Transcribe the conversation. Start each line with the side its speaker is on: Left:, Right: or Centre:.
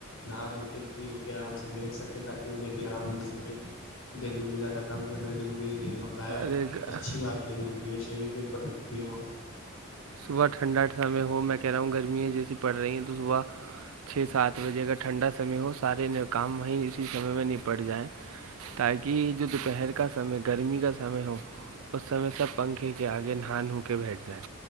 Left: نہا دھو کے فری ہو کے آرام سے لیٹ سکیں تاکہ انہیں بھی آرام مل سکے گلیوں میں زیادہ کام کرنا ضروری ہے نہیں ہوتا ہوتا ہے
Right: ارے گ-
Left: اچھی بات نہیں ہوتی ہے شریر کے اوپر لگتی ہے وہ
Right: صبح ٹھنڈا سمے ہو میک رہا ہوں گرمیاں جیسی پڑ رہی ہیں تو صبح چھ سات بجے اگر ٹھنڈا سے ہو سارے کام وہیں اسی سمے میں نہیں پڑ جائیں تاکہ جو دوپہر کا سمے گرمی کا سمے ہو اس سمے سب پنکھے کے آگے نہا ہوو کے بیٹھ جائے